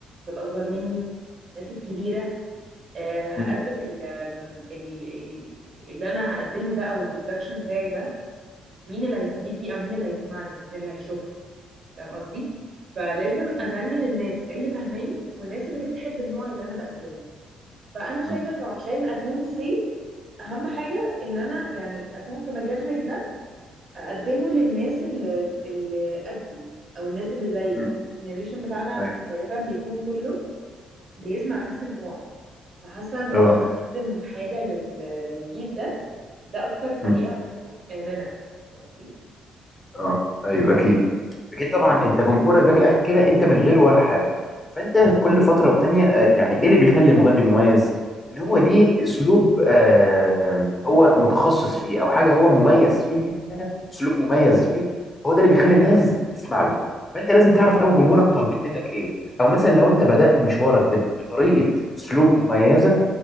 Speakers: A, on the right; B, on the left.
A: الاصغر مني الناس الكبيره آه، هقدم
B: م-
A: ال آم، ال- ال- اللي انا هقدمه ده او البرودكشن بتاعي ده مين اللي هيستفيد بيه او مين اللي هيسمعني مين اللي هيشوفني فاهم قصدي فلازم
B: م-
A: اغني للناس اللي فهماني والناس اللي بتحب النوع اللي انا بقدمه فانا شايفه
B: م.
A: انه عشان اكون سيف اهم حاجه ان انا يعني اكون في مجال زي ده اقدمه للناس اللي اللي قدي او الناس اللي زيي
B: مم.
A: الجنريشن بتاعنا
B: أيوة.
A: غالبا بيكون كله بيسمع نفس النوع فحاسه انه
B: اه
A: اقدم حاجه لل... للجيل ده ده اكتر طريقه
B: مم.
A: هتكون امنه فاهم قصدي
B: اه ايوه اكيد اكيد طبعا انت جمهورك ده من الاخر كده انت من غيره ولا حاجه فانت كل فتره والتانيه آه، يعني ايه اللي بيخلي مغني مميز ان هو
A: مم.
B: ليه اسلوب آه، آم، هو متخصص فيه او حاجه هو مميز فيه اسلوب مميز فيه هو ده اللي بيخلي الناس تسمع له فانت لازم تعرف قوي جمهورك طالبين منك ايه او مثلا لو انت بدأت مشوارك بت- بطريقه اسلوب مميزه